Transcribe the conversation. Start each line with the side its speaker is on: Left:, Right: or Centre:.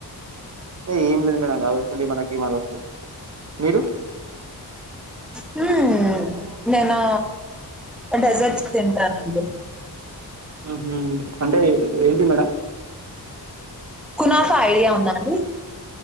Right: ఏం లేదు మేడం గసొంటివి మనకేం అల్వాటు లేవ్ మీరు.
Centre: హ్మ్ నేను డెసర్ట్స్ తింటానండి.
Right: హ్మ్ హూ అంటే ఏంటియి మేడం
Centre: కునాఫ ఐడియా ఉందా ఆండి